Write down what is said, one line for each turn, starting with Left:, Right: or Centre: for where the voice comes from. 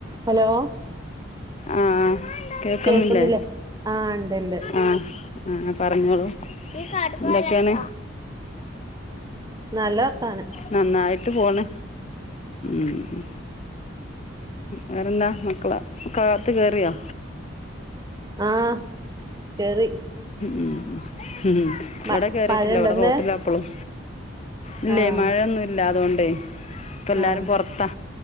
Right: Hello?
Left: ആഹ് കേക്കുന്നില്ലേ
Right: കേൾക്കുന്നില്ലേ ആഹ് ഇണ്ട്ണ്ട്
Left: ആഹ് ആ പറഞ്ഞോളൂ എന്തൊക്കെയാണ്?
Right: നല്ല വർത്താനം.
Left: നന്നായിട്ട് പോണ് ഉം. വേറെന്താ മക്കളക്കെ അകത്ത് കയറിയോ?
Right: ആ കേറി.
Left: ഉം ഉം ഉം ഉം ഉം
Right: മ
Left: വടെ കേറീട്ടില്ല.
Right: മഴണ്ടന്ന്
Left: വടെ റോട്ടില പ്പളും. ഇല്ലേയ്
Right: ആഹ്
Left: മഴൊന്നുല്ലാ അതോണ്ടെയ് ഇപ്പൊല്ലാരും
Right: ആഹ്
Left: പോർതാ.